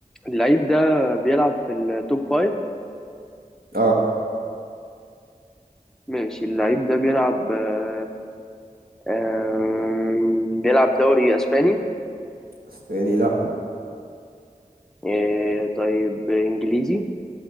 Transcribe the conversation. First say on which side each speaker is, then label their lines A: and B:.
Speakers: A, in the centre; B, on the right (about 85°).
A: اللعيب ده بيلعب في التوب فايف
B: اه
A: ماشي اللعيب ده بيلعب آه، آم، بيلعب دوري أسباني
B: اسباني لا
A: آه، طيب إنجليزي